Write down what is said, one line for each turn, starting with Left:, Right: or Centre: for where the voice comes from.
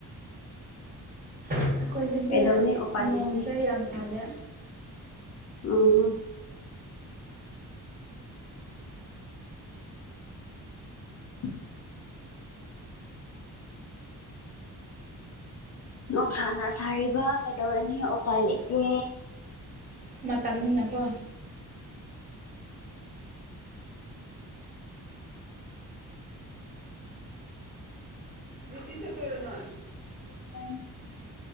Right: ꯑꯩꯈꯣꯏꯗꯗꯤ
Left: ꯀꯩꯗꯧꯅꯤ ꯎꯄꯥꯏ
Right: ꯅꯣꯡꯁꯦ
Left: ꯂꯩꯇꯦ
Right: ꯌꯥꯝ ꯁꯥꯗꯦ
Left: ꯎ ꯎ <inaudible> ꯅꯨꯡꯁꯥꯅ ꯁꯥꯔꯤꯕ ꯀꯩꯗꯧꯔꯅꯤ ꯎꯄꯥꯏ ꯂꯩꯇꯦ
Right: ꯃꯇꯝꯅꯤꯅꯀꯣ ꯇ ꯆ ꯇꯔꯅ
Left: ꯏꯁꯂꯥꯏꯝ